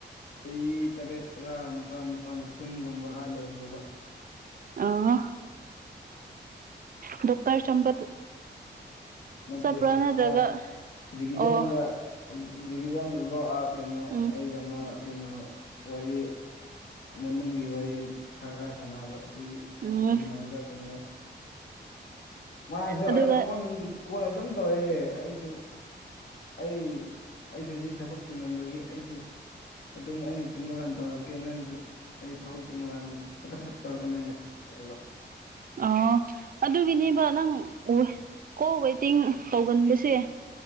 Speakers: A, on the left (about 75°); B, on the right (about 50°).
A: ꯆꯍꯤ ꯇꯔꯦꯠ ꯇꯔꯥ ꯅꯤꯄꯥꯜ ꯃꯄꯜ ꯀꯨꯟꯒꯨꯝꯕ ꯑ ꯂꯩꯔꯨꯕ
B: ꯑ ꯗꯣꯛꯣꯛꯇꯔ ꯆꯝꯕ
A: ꯅꯠꯇꯦ
B: ꯆꯠꯄ꯭ꯔꯥ ꯅꯠꯇ꯭ꯔꯒ
A: ꯑ ꯖꯩꯒꯤꯖꯥꯟꯒ
B: ꯑꯣ
A: ꯖꯤꯒꯤꯖꯟꯒꯒꯣꯛ ꯀꯩꯅꯣ
B: ꯎꯝ
A: ꯑꯩꯒ ꯑꯃ ꯀꯩꯅꯣ ꯋꯥꯔꯤ ꯃꯅꯨꯡꯒꯤ ꯋꯥꯔꯤ ꯈꯔ ꯈꯔ ꯁꯥꯟꯅꯕ ꯑꯗꯨꯒꯤ
B: ꯎꯝ
A: ꯎꯅꯕꯗꯅꯦ ꯃꯥꯁꯨ
B: ꯑꯗꯨꯒ
A: ꯑꯩ ꯑꯩꯉꯣꯟꯗ ꯀꯣꯜ ꯑꯗꯨꯝ ꯇꯧꯔꯦ ꯑꯩꯁꯨ ꯑꯩ ꯑꯩꯁꯨ ꯁꯤ ꯊꯕꯛ ꯇꯤꯟꯃꯟꯕꯒꯤ ꯑꯩꯁꯨ ꯑꯗꯨꯝ ꯑꯩꯅ ꯆꯤꯟꯕ ꯀꯥꯟ ꯇꯧꯔꯛꯀꯦ ꯅꯪꯗꯨ ꯑꯩ ꯊꯕꯛꯇꯤꯃ ꯀꯥꯟꯗ ꯊꯐꯠ ꯊꯐꯠ ꯇꯧꯔꯒꯅ ꯑꯩꯅ ꯂꯩꯕ
B: ꯑꯣ ꯑꯗꯨꯒꯤꯅꯦꯕ ꯅꯪ ꯀꯣꯜ ꯋꯦꯇꯤꯡ ꯇꯧꯒꯟꯕꯁꯦ